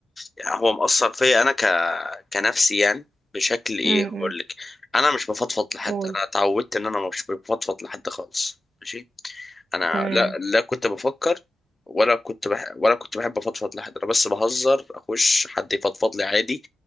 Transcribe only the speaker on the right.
أمم
أمم،
قول
تمام